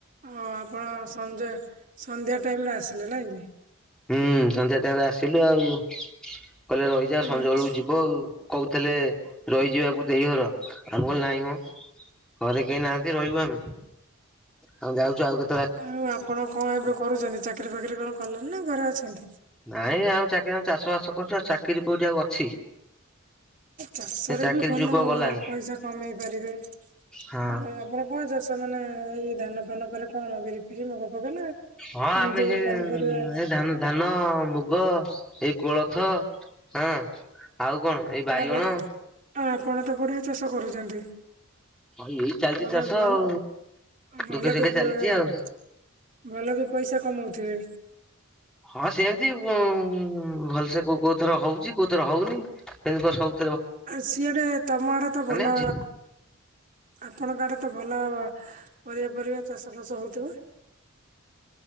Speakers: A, on the right; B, in the centre.
A: ହଁ ଆପଣ ସଞ୍ଜ ସନ୍ଧ୍ୟା ଟାଇମରେ ଆସିଲେ ନାଁ କି।
B: ହୁଁ ସନ୍ଧ୍ୟା ଟାଇମରେ ଆସିଲୁ ଆଉ କହିଲେ ରହିଯା ସଞ୍ଜ
A: ଆଛା
B: ବେଳକୁ ଯିବ ଆଉ। କୋହୁଥିଲେ ରହିଯିବାକୁ ଦେଇ ଘର। ଆମେ କହିଲୁ ନାଇଁମ। ଘରେ କେହି ନାହାନ୍ତି ରହିବୁ ଆମେ ଆଉ ଯାଉଚୁ ଆଉ କେ
A: ଆଉ ଆପଣ କଣ ଏବେ କରୁଚନ୍ତି। ଚାକିରି ଫାକିରି କଣ କଲେଣି ନା ଘରେ ଅଛନ୍ତି?
B: ନାଇଁ ଆ ଚାକିରି ଆ ଚାଷ ବାସ କରୁଚୁ ଆଉ ଚାକିରି କୋଉଠି ଆଉ ଅଛି।
A: ଚାଷରେ
B: ସେ ଚାକିରି
A: ବି ଭଲ
B: ଯୁଗ ଗଲାଣି
A: ପଇଷା କମେଇ ପାରିବେ।
B: ହଁ।
A: ଭଲ ଆପଣ କଣ ଚାଷ ମାନେ ଏଇ ଧାନ ଫାନ ପରେ କଣ ବିରି ଫିରି ମୁଗ ଫୁଗ ନା
B: ହଁ ଆମେ
A: ଏମିତି
B: ସେ
A: ପନିପରିବା
B: ଧା-ଧାନ, ମୁଗ, ଏଇ କୋଳଥ ହଁ ଆଉ କଣ ଏଇ ବାଇଗଣ
A: ବଡ ଆ ଆପଣ ତ ବଢିଆ ଚାଷ କରୁଛନ୍ତି।
B: ହଁ ଏଇ ଚାଲିଛି
A: ଭଲ
B: ଚାଷ
A: ଭଲ
B: ଆଉ ଦୁଃଖେ
A: ଭଲ
B: ସୁଖେ
A: <unintelligible>
B: ଚାଲିଛି ଆଉ
A: ଭଲ ବି ପଇସା କମଉଥିବେ।
B: ହଁ ସେମିତି ଭଲସେ କୋଉ ଥର ହଉଛି, କୋଉ ଥର ହଉନି, ସେମିତି କ ସବୁ
A: ଆଉ ସିଆଡେ ତମ ଆଡେ ତ ଭଲ
B: ଅଛି
A: ଆପଣଙ୍କ ଆଡେ ତ ଭଲ ପରିବା ଫରିବା ଚାଷ ଫାସ ହଉଥିବ।